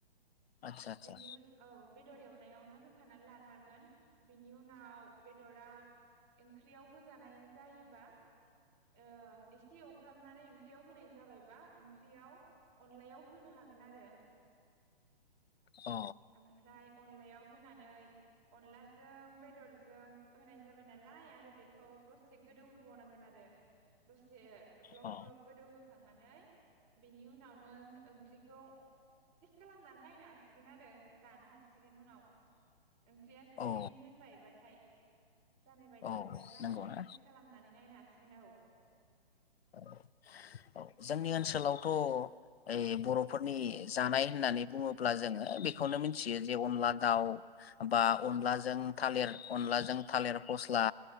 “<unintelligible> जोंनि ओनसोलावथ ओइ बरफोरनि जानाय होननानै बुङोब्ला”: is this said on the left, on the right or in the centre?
Left